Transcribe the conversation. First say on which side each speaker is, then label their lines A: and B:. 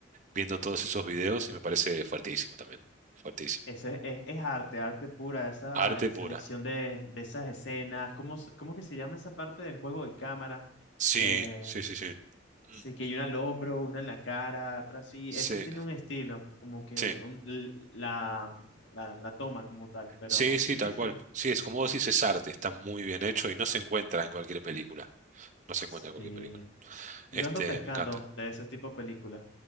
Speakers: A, on the right (about 40°); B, on the left (about 70°).
A: viendo todos esos videos, y me parece fuertísimo también, fuertísimo.
B: Eso es, es- es arte, arte pura, esa
A: Arte
B: eh,
A: pura.
B: selección de, de esas escenas. ¿Cómo, se- cómo que se llama esa parte del juego de cámara?
A: Sí,
B: Eh,
A: sí, sí, sí.
B: sí,
A: Mm,
B: que hay una al hombro, una en la cara, atrás sí.
A: Sí,
B: Ese tiene un estilo, como que
A: sí.
B: un- l- la, mm, la, la toma como tal, pero
A: Sí,
B: sí,
A: sí, tal
B: sí.
A: cual. Sí, es como vos decís, es arte, está muy bien hecho y no se encuentra en cualquier película. No se encuentra
B: Sí.
A: en cualquier película. Este,
B: Yo ando pescando
A: me encanta.
B: de ese tipo de películas.